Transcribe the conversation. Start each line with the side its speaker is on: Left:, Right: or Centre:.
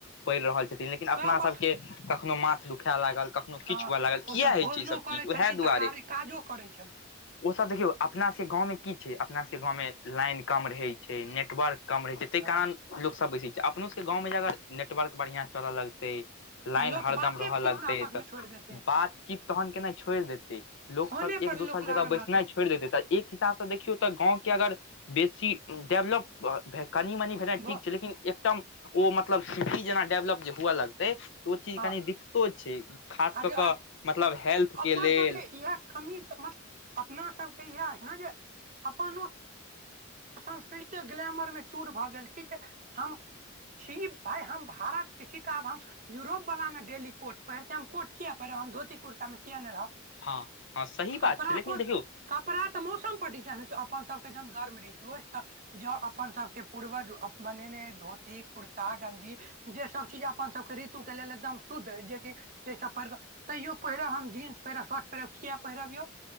Left: पड़ि रहल छथिन लेकिन अपना
Right: वएह बात
Left: सबके कखनो माथ दुखा लागल कखनो किछु
Right: हँ
Left: हुअ लागल किए
Right: ओसभ
Left: होइ
Right: भोजनो
Left: छै ईसभ चीज
Right: करै
Left: उएह
Right: छलखिन
Left: दुआरे
Right: तऽ कार्य काजो करै छलखिन
Left: ओ सब देखियौ अपना सबके गाँवमे की छै, अपना सबके गाँवमे लाइन कम रहै छै नेटवर्क कम रहै छै ताहि
Right: हँ
Left: कारण लोकसभ बैसै छै अपनोसभके गाँवमे जे अगर नेटवर्क बढ़िआँ चलय लगतै
Right: तऽ
Left: लाइन
Right: लोक
Left: हरदम
Right: बाते
Left: रहय
Right: चीत
Left: लगते
Right: ने आपस मे
Left: तऽ
Right: छोड़ि देतै
Left: बातचीत तहन केना छोड़ि देतै लोक
Right: फोने
Left: सब एक
Right: पर
Left: दोसर
Right: लोक
Left: जगह
Right: लागल
Left: बैसना
Right: रहतै
Left: छै। छोड़ि देते तऽ एक हिसाब से देखियौ तऽ गाँव के अगर बेसी डेवलप भऽ भे कनि-मनी ठीक
Right: ब
Left: छै लेकिन एकम ओ मतलब सिटी जेना डेवलप जे हुए लगतै त ओ चीज
Right: हँ
Left: कनि दिक् को छै खास
Right: आ जे
Left: कऽ-कऽ मतलब हेल्थ
Right: अपन
Left: के लेल
Right: सबके इएह कमी तऽ मतलब अपना सबके इएह ने जे अपनो संस्कृते ग्लामर मे चूर भऽ गेल छै जे हम छी भाय हम भारत के छी तऽ आब हम यूरोप बला ने डेली कोट पहिरतै हम कोट कियै पहिरब हम धोती कुर्ता में किया नहि रहब
Left: हँ हँ सही
Right: कपड़ा
Left: बात छै लेकिन
Right: कोन
Left: देखियौ
Right: कपड़ा त मौसम पर डिजेन होई छै अपन सब के जहन गर्म रहे छै जॅं अपन सबके पूर्वज बनेने अहि धोती, कुर्ता, गंजी जे सब चीज अपन सभके ऋतु के लेल एकदम शुद्ध अइ जेकि जैसब पहिरक तैयो पहिरब हम जींस पहिरब शर्ट पहिरब किया पहिरब यौ